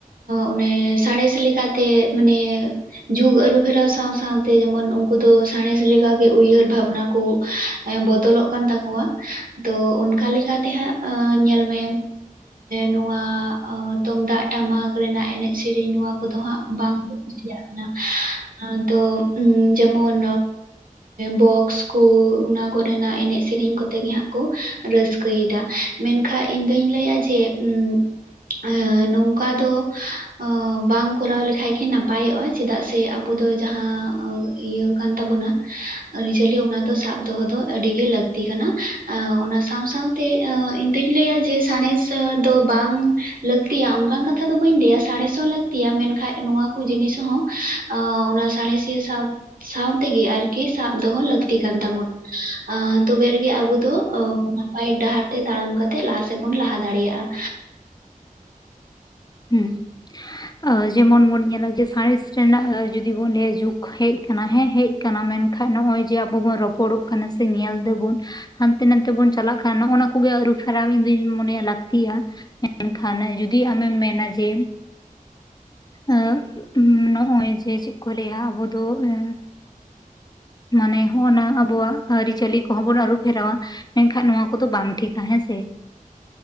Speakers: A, on the right; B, on the left.
A: ᱚᱱᱮ ᱥᱟᱬᱮᱥ ᱞᱮᱠᱟ ᱛᱮ ᱢᱟᱱᱮ ᱡᱩᱜ ᱟᱹᱨᱩᱯᱷᱮᱨᱟᱣ ᱥᱟᱶ ᱥᱟᱶ ᱛᱮ ᱡᱮᱢᱚᱱ ᱩᱱᱠᱩ ᱫᱚ ᱥᱟᱬᱮᱥ ᱞᱮᱠᱟ ᱜᱮ ᱩᱭᱦᱟᱹᱨ ᱵᱷᱟᱵᱽᱱᱟ ᱠᱚ, ᱮᱸ ᱵᱚᱫᱚᱞᱚᱜ ᱠᱟᱱ ᱛᱟᱠᱚᱣᱟ᱾ ᱛᱚ ᱚᱱᱠᱟ ᱞᱮᱠᱟ ᱛᱮ ᱦᱟᱸᱜ ᱟᱸ ᱧᱮᱞ ᱢᱮ ᱱᱚᱣᱟ ᱛᱩᱢᱫᱟᱜ ᱴᱟᱢᱟᱠ ᱨᱮᱱᱟᱜ ᱮᱱᱮᱡ ᱥᱮᱨᱮᱧ ᱱᱚᱣᱟ ᱠᱚᱫᱚ ᱦᱟᱸᱜ, ᱵᱟᱝ ᱠᱩᱥᱤᱭᱟᱜ ᱠᱟᱱᱟ, ᱟᱸ ᱛᱚ ᱡᱮᱢᱚᱱ ᱵᱚᱠᱥ ᱠᱩ ᱚᱱᱟ ᱠᱚᱨᱮᱱᱟᱜ ᱮᱱᱮᱡ ᱥᱮᱨᱮᱧ ᱠᱚ ᱛᱮᱜᱮ ᱦᱟᱸᱜ ᱠᱚ ᱨᱟᱹᱥᱠᱟᱹ ᱭᱮᱫᱟ ᱢᱮᱱᱠᱷᱟᱡ ᱤᱧ ᱫᱩᱧ ᱞᱟᱹᱭᱟ ᱡᱮ ᱩᱸᱻ ᱟᱹ ᱱᱚᱝᱠᱟ ᱫᱚ ᱟᱸᱚ ᱵᱟᱝ ᱠᱚᱨᱟᱣ ᱞᱮᱠᱷᱟᱡ ᱜᱤ ᱱᱟᱯᱟᱭᱚᱜᱼᱟ᱾ ᱪᱮᱫᱟᱜ ᱥᱮ ᱟᱵᱚ ᱫᱚ ᱡᱟᱦᱟᱸ ᱤᱭᱟᱹ ᱠᱟᱱ ᱛᱟᱵᱚᱱᱟ, ᱟᱹᱨᱤᱪᱟᱹᱞᱤ ᱚᱱᱟ ᱫᱚ ᱥᱟᱵ ᱫᱚᱦᱚ ᱫᱚ ᱟᱹᱰᱤ ᱜᱮ ᱞᱟᱹᱠᱛᱤ ᱠᱟᱱᱟ᱾ ᱟᱹᱣ ᱚᱱᱟ ᱥᱟᱶ ᱥᱟᱶ ᱛᱮ ᱤᱧ ᱫᱩᱧ ᱞᱟᱹᱭᱟ ᱡᱮ ᱥᱟᱬᱮᱥ ᱫᱚ ᱵᱟᱝ ᱞᱟᱹᱠᱛᱤᱭᱟ ᱚᱱᱠᱟᱱ ᱠᱟᱛᱷᱟ ᱫᱚ ᱵᱟᱹᱧ ᱞᱟᱹᱭᱟ ᱥᱟᱲᱮᱥ ᱦᱚᱸ ᱞᱟᱹᱠᱛᱤᱭᱟ ᱢᱮᱱᱠᱷᱟᱡ ᱱᱚᱣᱟ ᱠᱚ ᱡᱤᱱᱤᱥ ᱦᱚᱸ <unintelligible> ᱚᱱᱟ ᱥᱟᱬᱮᱥᱤᱭᱟᱹ ᱥᱟᱶ ᱥᱟᱶ ᱛᱮᱜᱮ ᱟᱨᱠᱤ ᱠᱤ ᱥᱟᱵ ᱫᱚᱦᱚ ᱞᱟᱹᱠᱛᱤ ᱠᱟᱱ ᱛᱟᱵᱚᱱᱟ ᱟᱸ ᱛᱚᱵᱮ ᱨᱮᱜᱤ ᱜᱮ ᱟᱵᱚ ᱫᱚ ᱱᱟᱯᱟᱭ ᱰᱟᱦᱟᱨ ᱛᱮ ᱛᱟᱲᱟᱢ ᱠᱟᱛᱮᱜ ᱞᱟᱦᱟ ᱥᱮᱫ ᱵᱚᱱ ᱞᱟᱦᱟ ᱫᱟᱲᱮᱭᱟᱜᱼᱟ᱾
B: ᱦᱩᱸ ᱟ. ᱡᱮᱢᱚᱱ ᱵᱚᱱ ᱧᱮᱞᱟ ᱡᱮ ᱥᱟᱬᱮᱥ ᱨᱮᱱᱟᱜ ᱡᱩᱫᱤ ᱵᱚᱱ ᱞᱟᱹᱭᱟ ᱡᱩᱜᱽ ᱦᱮᱡ ᱠᱟᱱᱟ ᱦᱮᱸ ᱦᱮᱡ ᱠᱟᱱᱟ ᱢᱮᱱᱠᱷᱟᱡ ᱱᱚᱜ-ᱚᱭ ᱡᱮ ᱟᱵᱚ ᱵᱚᱱ ᱨᱚᱯᱚᱲᱚᱜ ᱠᱟᱱᱟ ᱥᱮ ᱧᱮᱞ ᱫᱟᱹᱵᱩᱱ ᱦᱟᱱᱛᱮ ᱱᱟᱱᱛᱮ ᱵᱚᱱ ᱪᱟᱞᱟᱜ ᱠᱟᱱ ᱱᱚᱜ ᱚᱱᱟ ᱠᱚᱜᱮ ᱟᱹᱨᱩ ᱯᱷᱮᱨᱟᱣ ᱤᱧ ᱫᱩᱧ ᱢᱚᱱᱮᱭᱟ ᱞᱟᱹᱠᱛᱤᱭᱟ᱾ <unintelligible> ᱠᱷᱟᱱ ᱡᱩᱫᱤ ᱟᱢᱮᱢ ᱢᱮᱱᱟ ᱡᱮ ᱟᱹᱵ ᱱᱚᱜᱼᱚᱭ ᱡᱮ ᱪᱮᱫ ᱠᱚ ᱞᱟᱹᱭᱟ ᱟᱵᱚ ᱫᱚ ᱦᱮᱸ ᱢᱟᱱᱮ ᱦᱚᱜ ᱚᱱᱟ ᱟᱵᱚᱣᱟᱜ ᱟᱹᱨᱤᱪᱟᱹᱞᱤ ᱠᱚᱦᱚᱸ ᱵᱚᱱ ᱟᱹᱨᱩ ᱯᱷᱮᱨᱟᱣᱟ᱾ ᱢᱮᱱᱠᱷᱟᱡ ᱱᱚᱣᱟ ᱠᱚᱫᱚ ᱵᱟᱝ ᱴᱷᱤᱠᱟ ᱦᱮᱸ ᱥᱮ?